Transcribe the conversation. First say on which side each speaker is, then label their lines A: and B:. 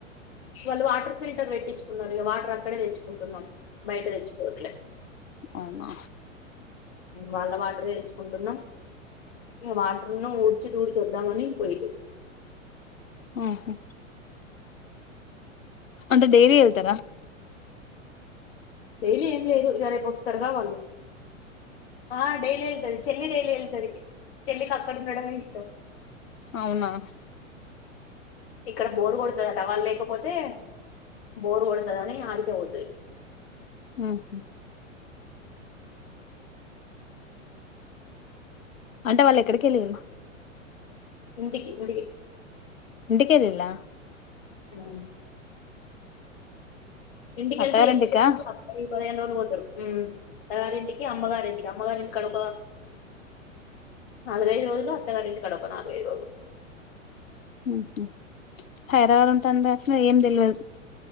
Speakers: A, on the left; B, on the left.
A: వాళ్ళు వాటర్ ఫిల్టర్ పెట్టిచ్చుకున్నారు ఇగ వాటర్ అక్కడే తెచ్చుకుంటున్నాం బయట తెచ్చుకోవట్లే
B: అవునా
A: వాళ్ళ వాటరె తెచ్చుకుంటున్నాం ఇగ వాటర్ ను ఊడ్చి తూడ్చి వద్దామని పొయిల్లు
B: ఆహా అంటే డైలీ వెళ్తారా
A: డైలీ ఏం లేదు ఇగ రేపు వస్తారుగా వాళ్ళు ఆ డైలీ వెళ్తది చెల్లి డైలీ వెళ్తది చెల్లికి అక్కడ ఉండడమే ఇష్టం
B: అవునా
A: ఇక్కడ బోరు కొడతదట వాళ్ళు లేకపోతే బోరు కొడతదని ఆడికే పోతది
B: మ్మ్ అంటే వాళ్ళు ఎక్కడికెళ్ళిర్రు
A: ఇంటి <unintelligible>
B: ఇంటికెలిల్లా
A: ఊ ఇంటికెళ్తే
B: అత్తగారింటికా
A: ఎప్పుడు <inaudible> పదిహేను రోజులు పోతారు ఉమ్ అత్తగారింటి కి అమ్మవారింటికి అమ్మవారింటి కాడు నాలుగైదు రోజులు అత్తగారింటికాడ ఒక నాలుగైదు రోజులు
B: ఉహు హైదరాబాద్ ఉంటాందా అసలు ఏం తెల్వదు